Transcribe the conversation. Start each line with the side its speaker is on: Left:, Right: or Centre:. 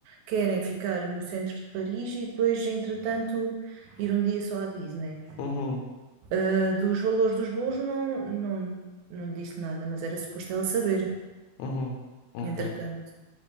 Right: querem ficar no centro de Paris e depois, entretanto, ir um dia só à Disney.
Left: uhum,
Right: Ah, dos valores dos voos não, não, não lhe disse nada, mas era suposto ela saber,
Left: uhum, ok,
Right: entretanto.